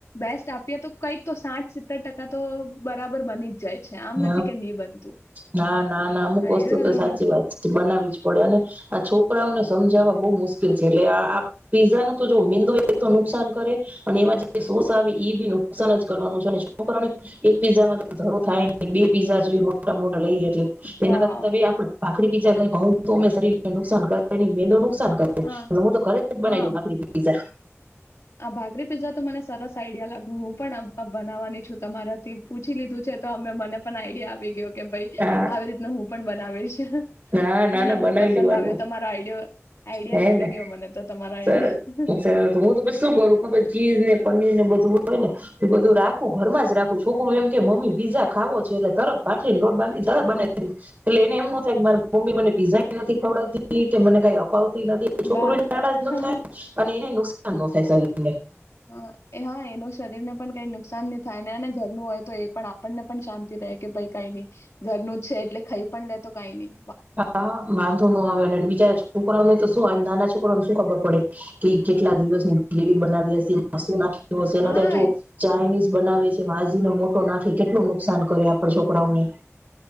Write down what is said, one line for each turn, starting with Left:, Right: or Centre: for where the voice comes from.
Left: બેસ્ટ આપીએ તો કંઈક તો સાઠ સિત્તેર ટકા તો બરાબર બની જ જાય છે આમ
Right: હ,
Left: નથી કે નહીં બનતું
Right: ના ના ના અમુક
Left: હા
Right: વસ્તુ
Left: એ તમે
Right: તો સાચી
Left: પણ.
Right: વાત છે, બનાવી જ પડે અને આ છોકરાઓને સમજાવવા બહુ મુશ્કેલ છે, એટલે આ આ પીઝાનું તો જો મેંદુ એ તો નુકસાન કરે, અને એમાં જે સોસ આવે ઈ બી નુકસાન જ કરવાનું છે, અને છોકરાઓને એક પીઝામાં તો ધરો થાય બે પીઝા જી મોટા મોટા લઈ એટલે તેના
Left: હા
Right: કરતા આપણે ભખરી પિઝા તોમેં શરીરને નુકસાન કરેની મેનનું <unintelligible> <inaudible> નુકસાન કર
Left: હા
Right: હું તો ખરે જ બનાવી
Left: હા
Right: દઉ ભાકરી પીઝા. <inaudible>
Left: આ ભાખરી પીઝા તો મને સરસ આઈડિયા લાગ્યો હું પણ બનાવવાની તમારાથી પૂછી લીધું છે તો અમે મને પણ આઈડિયા આવી ગયો કે ભાઈ
Right: હા
Left: આવી રીતને હું પણ બનાવિષ
Right: ના ના
Left: મને
Right: ના
Left: બહુ
Right: બનાવી
Left: પસંદ
Right: લેવાનું
Left: આવ્યો તમારો આઈડયો આઈડિયા
Right: હે
Left: ગમી
Right: ને
Left: ગયો મને તો તમારા આઈડિયા.
Right: સરસ સરસ હું તો પછી શું કરું ખબર ચીઝ ને પનીર ને બધું હોય ને એ બધું રાખું ઘરમાં જ રાખું છોકરું એમ કે મમ્મી પીઝા ખાવો છે એટલે તરત ભાખરી લોટ તરત બનાવી દવ એટલે એને એમ ન થાય કે મારે મમ્મી મને પીઝા નથી ખવડાવતી કે મને કઈ અપાવતી નથી
Left: બા
Right: છોકરુ નારાજ ન
Left: હા
Right: થાય અને એને નુકશાન નુકસાન ન થાય શરીર ને
Left: હા એ હા એનું શરીરને પણ કઈ નુકસાન ન થાય નેને ઘરનું હોય તો એ પણ આપણને પણ શાંતિ કે ભાઈ કાઈ ની ઘરનું જ છે એટલે ખાઈ પણ લેતો કાઈ ની
Right: હા વાંધો ન આવે અને બીચારા છોકરાને તો નાના છોકરોને શું ખબર પડે કે કેટલા દિવસ ની ગ્રેવી બનાવી હશે શું નાખી
Left: હા
Right: <unintelligible> જો
Left: એ-
Right: ચાઇનીઝ બનાવે આજીનોમોટો નાખે કેટલું નુકસાન કરે આપણે છોકરાઓને